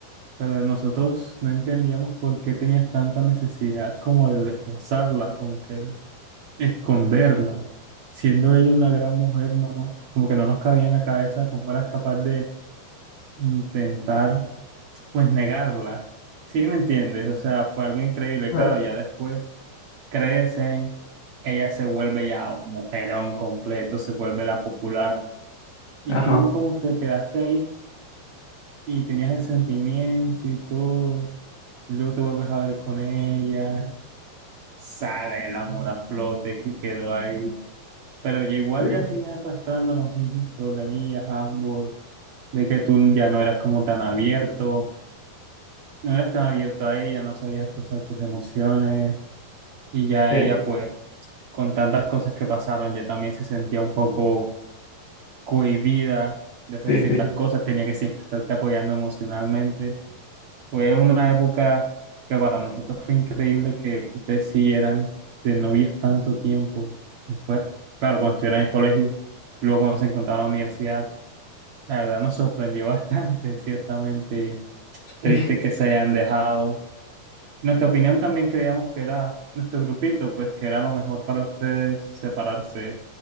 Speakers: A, on the right; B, on the left.
A: pero nosotros no entendíamos por qué tenías tanta necesidad como de desplazarla, como que de esconderla. Siendo ella una gran mujer, no, como que no nos cabía en la cabeza cómo eras capaz de intentar, pues, negarla. ¿Sí me entiendes? O sea, fue algo increíble.
B: A
A: Claro,
B: ver.
A: ya después crecen, ella se vuelve ya un mujerón completo, se vuelve la popular. Y
B: Ajá.
A: tú como que te quedaste ahí y tenías el sentimiento y todo, luego te vuelves a ver con ella, sale el amor a flote que quedó ahí, pero ya igual
B: Sí,
A: ya seguían arrastrando los mismos problemillas ambos, de que tú ya no eras como tan abierto, no eras tan abierto a ella, no sabías expresar tus emociones y ya
B: sí,
A: ella pues con tantas cosas que pasaron ya también se sentía un poco cohibida de hacer
B: sí,
A: ciertas
B: sí. <laughs>
A: cosas, tenía que siempre estarte apoyando emocionalmente. Fue una época que para nosotros fue increíble que ustedes siguieran de novios tanto tiempo. Después, claro, cuando estuvieron en el colegio, luego cuando se encontraron en la universidad, la verdad nos sorprendió <laughs> bastante, ciertamente. Triste
B: Sí.
A: que se hayan dejado. Nuestra opinión también creíamos que era nuestro grupito, pues que era lo mejor para ustedes separarse